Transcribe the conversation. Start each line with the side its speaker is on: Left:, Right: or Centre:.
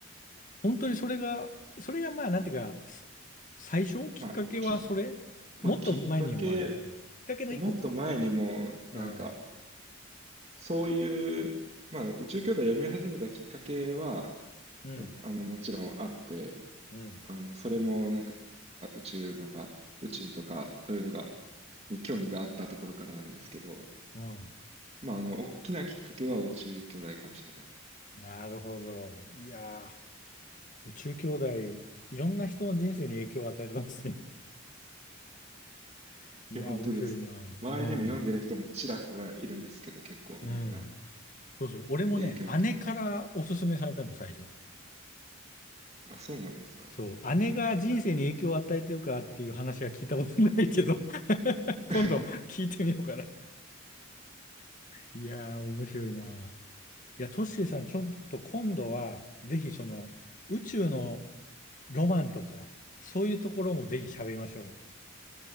Left: 本当にそれが、それがまあ、なんていうか、さ最初きっかけはそれもっと前にもある。
Right: まあ、き、まあ、きっかけ、
Left: うんきっかけの一個か。
Right: もっと前にも、
Left: うん。
Right: なんか、そういう、まあ、宇宙兄弟読み始めたきっかけは、
Left: うん、
Right: あの、もちろんあって、
Left: うん。
Right: あの、それもなんか宇宙のが、宇宙とかそういうのが、に興味があったところからなんですけど、
Left: うん。
Right: まあ、あの、大きなきっかけは宇宙兄弟かもしれない。
Left: なるほど。いやー、宇宙兄弟、いろんな人の人生に影響を与えてますね。<laughs> いやー、
Right: え、本当です。
Left: 面白いな。
Right: 周りにも読んでる人もちらひらいるんですけど、
Left: うん。
Right: 結構みんな
Left: うん。そうそう。俺もね、
Right: 影響を受けてますね。
Left: 姉からおすすめされたの、最初。
Right: あ、そうなんですか。
Left: そう。姉が人生に影響を与えてるかっていう話は聞いたことないけど <laughs> 今度聞いてみようかな。
Right: <laughs>
Left: いやー、面白いな。いや、トッシーさん、ちょっと今度は、ぜひその、宇宙のロマンとか、そういうところもぜひ喋りましょうよ。